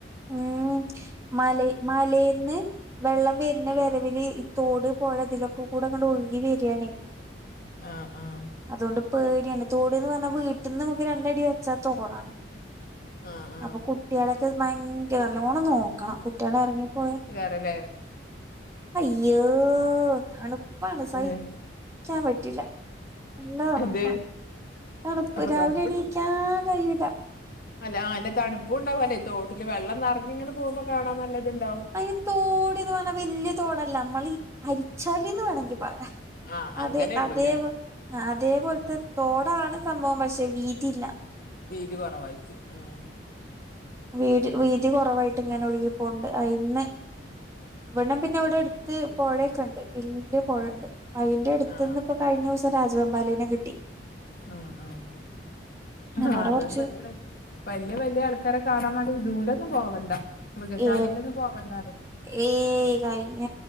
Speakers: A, on the right (about 15°); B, on the left (about 50°).
A: ഉം മല മലേന്ന് വെള്ളം വരുന്ന
B: ആഹ്
A: വെരവില് തോട് പോയ അതിലൊക്കെ കൂടെങ്ങണ്ട് ഒഴുകി വരിയാണേ
B: ആഹ് ആഹ്
A: അതുകൊണ്ട് പേടിയാണ് തോടന്ന് പറഞ്ഞാ വീട്ടിന്ന് നമുക്ക് രണ്ടടി വെച്ചാത്തോടാണ്
B: ആഹ് ആഹ്
A: അപ്പൊ കുട്ടികളക്ക് ഭയങ്കര നല്ലോണം നോക്കണം കുട്ടികളെ ഇറങ്ങിപ്പോയ
B: ല്ലേ
A: അയ്യോ തണു പ്പാണ് സഹിക്കാൻ
B: ഏഹ്
A: പറ്റില്ല നല്ലതാണുപ്പാ
B: എന്ത്
A: തണുപ്പ്
B: അപ്പൊ
A: രാവിലെ
B: തണുപ്പുണ്ടാവും
A: എണീക്കാൻ കഴിയൂല്ല
B: അല്ല ആഹ് എന്നെ തണുപ്പുണ്ടാവുല്ലേ തോട്ടില് വെള്ളം നിറഞ്ഞിങ്ങനെ പോകുമ്പോ കാണാൻ നല്ലതിണ്ട്
A: അതിന് തോടന്ന് പറഞ്ഞ വല്യ തോടല്ല നമ്മൾ ഈ അരിച്ചാലിന്ന് വേണമെങ്കിൽ പറയാം
B: ആഹ് അങ്ങനെയുള്ളൂല്ലേ
A: അതെ അതേ അതേപോലത്തെ
B: ഉം
A: തോടാണ് സംഭവം പശേ വീതില്ല
B: വീതി കുറവായിറ്റ് ഉം
A: വീട്
B: ഉം
A: വീതി കുറവായിട്ട് ഇങ്ങനെ ഒഴുകിപ്പോ അയിന്ന് ഇവിണം പിന്നെ ഇവിടെ എടുത്ത് പൊഴയൊക്കെ ഉണ്ട് വല്യ പൊഴണ്ട് അയിന്റെ അടുത്തിന്ന്
B: ആഹ്
A: ഇപ്പോ കഴിഞ്ഞ ദിവസം രാജവെമ്പാലേനെ കിട്ടി
B: ആഹ് ആഹ് ആഹ്
A: ഞനോടെ
B: അത്
A: കുറച്ച്
B: വലിയ വലിയ ആൾക്കാരെ കാണാൻ വേണ്ട സൂലൊന്നും പോവണ്ട മൃഗശാലയിലൊന്നും
A: ഏ
B: പോവണ്ട
A: ഏയ് കഴിഞ്ഞ